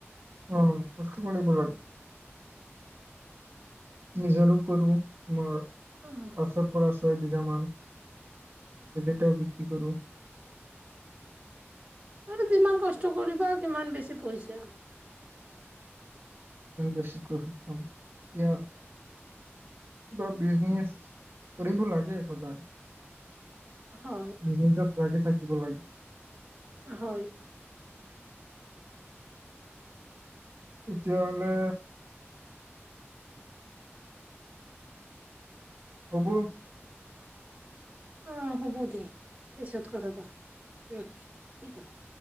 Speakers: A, on the right; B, on the right.
A: অ' কষ্ট কৰিব লাগে। নিজৰো কৰো মোৰ
B: অ',
A: ওচৰৰ পৰা ছয় বিঘ মান, সেইকেটাও বিক্ৰী কৰোঁ।
B: আৰু যিমান কষ্ট কৰিবা সিমান বেছি পইছা।
A: বেছি প্ৰফিট পাওঁ কিবা বিজনেছ কৰিব লাগে সদায়।
B: হয়,
A: বিজনেছত লাগি থাকি দিব লাগে।
B: হয়।
A: তেতিয়াহ'লে। হ'ব।
B: অ' হ'ব দে পিছত কথা পাতা উ ঠিক আছে।